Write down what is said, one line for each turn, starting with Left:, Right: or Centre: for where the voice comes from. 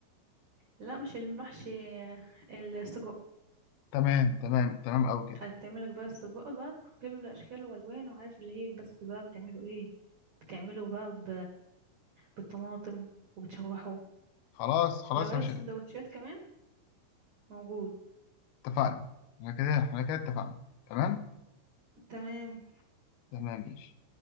Right: لا مش المحشي السجق
Left: تمام تمام تمام أوي كده
Right: هتعملك بقى السجق بقى بكل اشكاله والوانه وعارف اللي هي بس بقى بتعمله ايه بتعمله بقى ب... بالطماطم وبتشوحه
Left: خلاص خلاص
Right: لو عايز
Left: يا باشا
Right: سندوتشات كمان موجود
Left: اتفقنا احنا كده احنا كده اتفقنا تمام
Right: تمام
Left: تمام ماشي